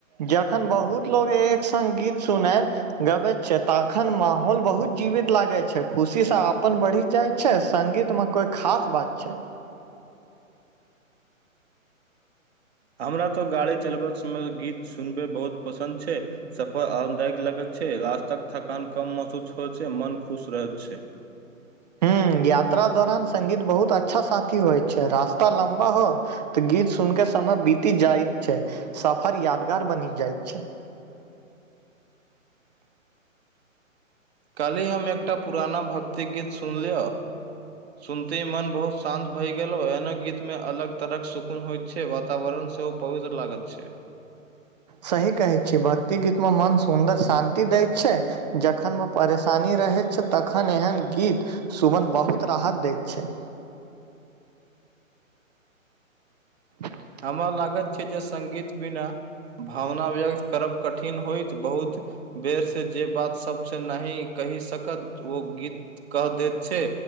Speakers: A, on the right; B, on the right.
A: जखन बहुत लोक एक सङ्ग गीत सुनथि। गबैत छै तऽ तखन माहौल बहुत जीवित लागे छै खुशी सऽ अपन बढ़ी जात छै संगीतमे कोइ खास बात छै
B: हमरा तऽ गाड़ी चलबैत समय गीत सुनबै बहुत पसन्द छै सफर आरामदायक लगेत छे रास्ताके थकान कम महसूस होइत छै मन खुश रहैत छै
A: हु यात्रा दौरान संगीत बहुत अच्छा साथी होइ छै रास्ता लम्बा हो तऽ गीत सुन कऽ समय बीति जाइत छै सफर यादगार बनि जाइत छै।
B: काल्हि हम एकटा पुराना भक्ति गीत सुनि लिअ। सुनते मन बहुत शान्त भय गेल एहना गीत मे अलग तरह के सुकून होयत। छै वातावरण सेहो पवित्र लागत छै।
A: सही कहै छीय भक्ति गीतं मऽ मन सुन्दर शान्ति दैत छै। जखनमे परेशानी रहैत छै, तखन एहन गीत। सुमन बहुत राहत दैत छै <unintelligible>
B: हमरा लागैत छै जे सङ्गीत बिना भावना व्यक्त करब कठिन होइत बहुत बेर सँ जे बात सबसे नाहीं कही सकत ओ गीत कह दैत छै